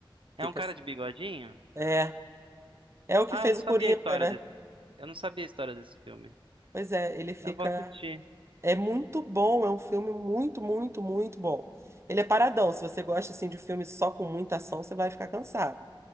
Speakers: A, on the right; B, on the right.
A: É
B: Fica.
A: um cara de bigodinho?
B: É, é o que
A: Ah,
B: fez
A: eu não
B: o
A: sabia
B: Coringa,
A: a história
B: né?
A: desse. Eu não sabia a história desse filme.
B: Pois é, ele fica.
A: Eu vou assistir.
B: É muito bom, é um filme muito, muito, muito bom. Ele é paradão. Se você gosta assim de filme só com muita ação, você vai ficar cansado.